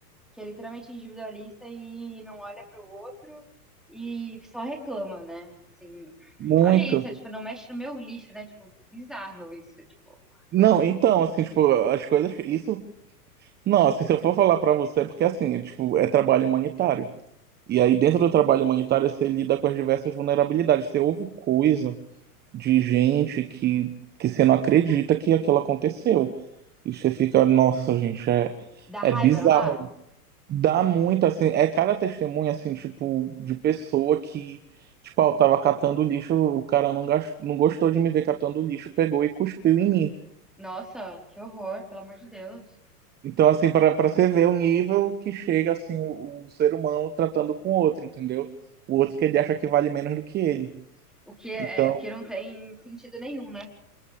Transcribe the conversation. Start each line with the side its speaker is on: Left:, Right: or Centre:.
Centre: que é literalmente individualista e não olha pro outro e só reclama, né? Assim,
Right: Muito.
Centre: olha isso, tipo, não mexe no meu lixo, né? Tipo, bizarro isso, tipo.
Right: Não, então, assim, tipo, as coisas, isso... Não, assim, se eu for falar pra você, é porque, assim, tipo, é trabalho humanitário. E aí, dentro do trabalho humanitário, você lida com as diversas vulnerabilidades. Você ouve coisa de gente que, que você não acredita que aquilo aconteceu. E você fica, nossa, gente, é,
Centre: Dá raiva,
Right: é bizarro.
Centre: não dá?
Right: Dá muito, assim, é cada testemunha, assim, tipo, de pessoa que, tipo, ah, eu tava catando lixo, o cara não, gas- não gostou de me ver catando lixo, pegou e cuspiu em mim.
Centre: Nossa, que horror, pelo amor de Deus.
Right: Então, assim, para para você ver o nível que chega, assim, o, o ser humano tratando com o outro, entendeu? O outro que ele acha que vale menos do que ele.
Centre: O que,
Right: Então,
Centre: é, o que não tem sentido nenhum, né?